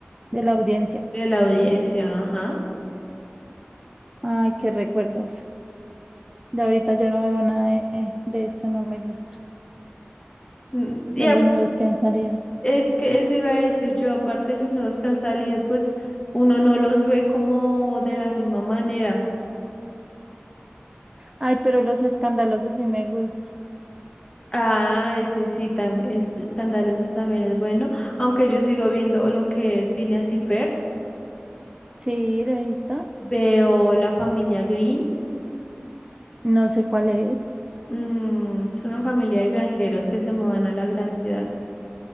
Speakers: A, on the right; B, on the left.
A: de la audiencia.
B: de la audiencia. Ajá.
A: Ay, qué recuerdos. Ya ahorita yo no veo nada de, de eso, no me gusta,
B: Mm, Y
A: de
B: a-
A: los nuevos que han salido.
B: es que eso iba a decir yo, aparte los nuevos que han salido, pues uno no los ve como de la misma manera.
A: Ay, pero los escandalosos sí me gusta.
B: Ah, ese sí, también, Escandalosos también es bueno, aunque yo sigo viendo lo que es Phineas y Ferb,
A: Sí, lo he visto.
B: veo la familia Green,
A: No sé cuál es.
B: mm, es una familia de granjeros que se mudan a la gran ciudad.